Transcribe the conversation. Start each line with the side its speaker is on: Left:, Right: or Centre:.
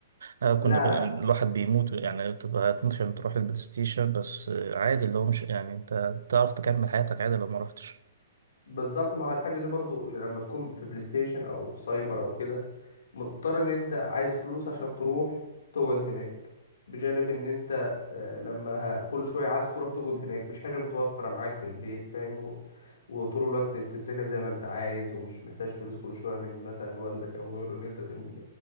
Right: آه كنا
Left: لا
Right: ب... الواحد
Left: لا
Right: بيموت يعني تبقى هتموت عشان تروح البلاي ستيشن بس آه، عادي اللي هو مش يعني انت تعرف تكمل حياتك عادي لو ما رحتش
Left: بالظبط ما هو الحاجة دي برضو لما تكون في بلاي ستيشن او سايبر او كده مضطر ان انت عايز فلوس عشان تروح تقعد هناك بجانب ان انت آه، لما ه- كل شوية عايز تروح تقعد هناك مش حاجة متوفرة معاك في البيت فاهم و- وطول الوقت بتمسكها زي ما انت عايز ومش محتاج فلوس كل شوية من مثلا والدك او غيره ان انت تم...